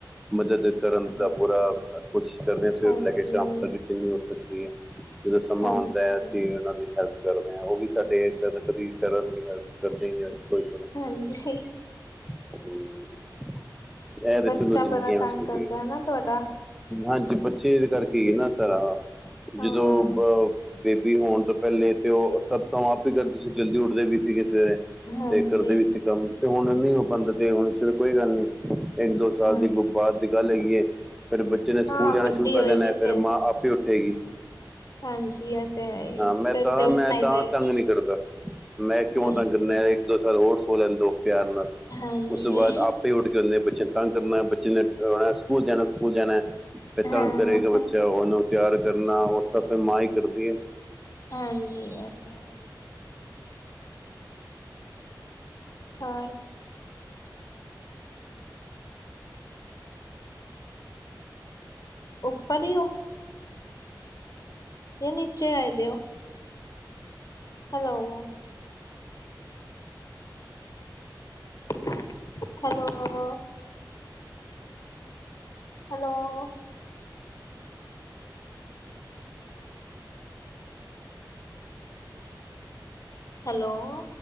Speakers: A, in the centre; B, on the left.
A: ਮਦਦ ਕਰਨ
B: ਹੂੰ,
A: ਦਾ ਪੂਰਾ ਕੋਸ਼ਿਸ਼ ਕਰਦੇ ਸਵੇਰ
B: ਹਾਂਜੀ,
A: ਤੋਂ ਲੈ ਕੇ ਸ਼ਾਮ ਤੱਕ ਚੀਜ਼ ਨਹੀਂ ਹੋ ਸਕਦੀ ਹੈ। ਜਦੋਂ ਸਮਾਂ
B: ਹਾਂਜੀ,
A: ਆਉਂਦਾ ਹੈ। ਅਸੀਂ ਉਹਨਾਂ ਦੀ ਹੈਲਪ ਕਰਦੇ ਹਾਂ। ਉਹ ਵੀ ਸਾਡੇ ਇਦਾਂ ਕਦੀ ਕਰਨ ਦੀ ਹੈਲਪ ਕਰਦੇ ਨਹੀਂ ਅਸੀਂ ਕੋਈ
B: ਹਾਂਜੀ-
A: ਹੂੰ <unintelligible>
B: ਬੱਚਾ
A: ਜ਼ਿੰਦਗੀਆਂ
B: ਬੜਾ ਤੰਗ
A: ਸਰਦੀਆਂ
B: ਕਰਦਾ ਹੈ ਨਾ ਤੁਹਾਡਾ,
A: ਹਾਂਜੀ ਬੱਚੇ ਕਰਕੇ ਹੀ ਨਾ ਸਾਰਾ
B: ਹਾਂ।
A: ਜਦੋਂ ਬੇਬੀ ਹੋਣ ਤੋਂ ਪਹਿਲੇ ਤੇ ਉਹ ਸਭ ਤੋ ਪਹਿਲਾਂ ਆਪ ਹੀ ਕਰਦੇ ਸੀ ਜਲਦੀ ਉਠਦੇ ਵੀ ਸੀ ਸਵੇਰੇ-
B: ਹਾਂਜੀ,
A: ਤੇ ਕਰਦੇ ਵੀ ਸੀ ਕੰਮ ਤੇ ਹੁਣ ਨੀ ਉਹ ਪਾਂਦਾ ਚਲੋ ਕੋਈ ਗੱਲ ਨਹੀਂ - ਇਕ ਦੋ ਸਾਲ
B: ਹਾਂਜੀ,
A: ਬਾਅਦ ਦੀ ਗੱਲ ਹੈਗੀਏ ਫਿਰ- ਬੱਚੇ ਨੇ ਸਕੂਲ
B: ਹਾਂ
A: ਜਾਣਾ
B: ਵੱਡੀ
A: ਸ਼ੁਰੂ ਕਰ
B: ਹੋਏਗੀ
A: ਦੇਨ ਫਿਰ ਮਾਂ ਆਪੇ ਉਠੇਗੀ-
B: ਹਾਂ। ਹਾਂਜੀ ਇਹ ਤੇ ਹੈ ਹੀ,
A: ਹਾਂ ਮੈ
B: ਫਿਰ
A: ਤਾਹਾਂ
B: ਤੇ ਉੱਠਣਾ
A: ਮੈਂ
B: ਹੀ
A: ਤਾਹਾਂ
B: ਪਏਗਾ,
A: ਤੰਗ ਨਹੀਂ ਕਰਦਾ ਮੈਂ ਕਿਉਂ
B: ਹਾਂਜੀ।
A: ਕਰ ਇਕ ਦੋ ਸਾਲ ਹੋਰ ਸੋ ਲੈਦੇ ਦੋ ਪਿਆਰ ਨਾਲ-
B: ਹਾਂਜੀ,
A: ਉਸ ਤੋਂ ਬਾਅਦ ਆਪ- ਉਠ ਕੇ ਹੁੰਦੇ ਬੱਚ ਤੰਗ ਕਰਨਾ ਬੱਚੇ ਨੇ ਸਕੂਲ ਜਾਣਾ ਸਕੂਲ ਜਾਣਾ- ਫਿਰ
B: ਹਾਂ,
A: ਤੰਗ ਕਰੇਗਾ ਬੱਚਾ ਉਹਨੂੰ ਤਿਆਰ ਕਰਨਾ ਉਹ ਸਭ ਫਿਰ ਮਾਂ ਹੀ ਕਰਦੀ ਹੈ।
B: ਹਾਂਜੀ ਇਹ ਤੇ ਹੈ। ਹਾਂ ਓਪਨ ਹੀ ਉਹ ਕਿ ਨੀਚੇ ਆਏ ਦੇਓ- ਹੈਲੋ- ਹੈਲੋ- ਹੈਲੋ- ਹੈਲੋ-